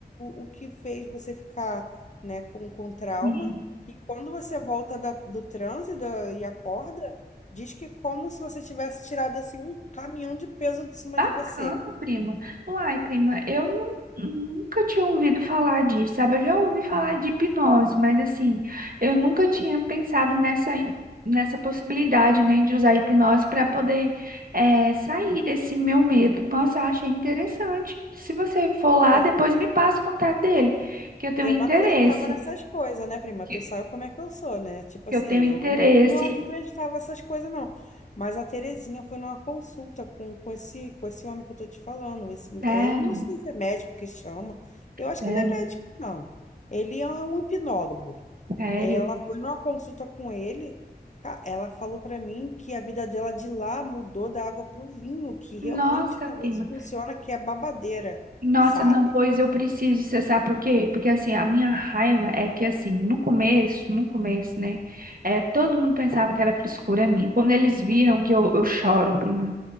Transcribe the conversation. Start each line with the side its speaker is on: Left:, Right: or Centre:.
Left: o, o que fez você ficar, né, com, com trauma.
Right: Sim.
Left: E quando você volta da- do transe da- e acorda, diz que é como se você tivesse tirado assim um caminhão de peso de cima
Right: Bacana,
Left: de você.
Right: prima. Uai, prima, eu nu- nunca tinha ouvido falar disso, sabe? Eu já ouvi falar de hipnose, mas assim, eu nunca tinha pensado nessa, im- nessa possibilidade, né, de usar hipnose para poder eh, sair desse meu medo. Nossa, eu achei interessante. Se você for lá,
Left: é
Right: depois me passa o contato dele, que eu tenho
Left: Eu
Right: interesse.
Left: não acreditava nessas coisas, né, prima?
Right: Que
Left: Tu sabe como é que eu sou, né? Tipo
Right: que
Left: assim,
Right: eu tenho
Left: eu
Right: interesse.
Left: não, não acreditava nessas coisas, não. Mas a Terezinha foi numa consulta com, com esse, com esse homem que eu tô te falando. Esse,
Right: Sério,
Left: eu não sei se é médico que chama. Eu acho
Right: sério,
Left: que não é médico, não. Ele é um hipnólogo.
Right: sério.
Left: Ela foi numa consulta com ele. ca- Ela falou pra mim que a vida dela de lá mudou da água pro vinho, que realmente
Right: Nossa,
Left: o negócio
Right: prima.
Left: funciona, que é babadeira,
Right: Nossa,
Left: sabe?
Right: não, pois eu preciso, você sabe por quê? Porque assim, a minha raiva é que assim, no começo, no começo, né, é, todo mundo pensava que era frescura minha. Quando eles viram que eu, eu choro, prima.